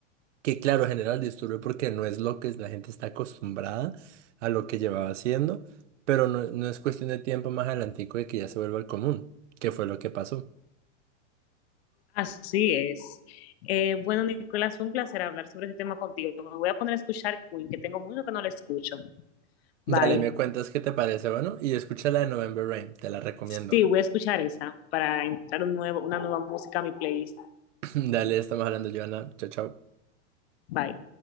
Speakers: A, on the right; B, on the left.
A: que claro, genera el disturbio porque no es lo que la gente está acostumbrada a lo que llevaba haciendo, pero no, no es cuestión de tiempo más adelantico de que ya se vuelva el común, que fue lo que pasó.
B: Así es. Eh, bueno, Nicolás, fue un placer hablar sobre este tema contigo. Me voy a poner a escuchar Queen, que tengo mucho que no la escucho. Bye.
A: Dale, me cuentas qué te parece, bueno, y escucha la de November Rain, te la recomiendo.
B: Sí, voy a escuchar esa para entrar un nuevo, una nueva música a mi playlist.
A: <clears throat> Dale, estamos hablando, Joana. Chao, chao.
B: Bye.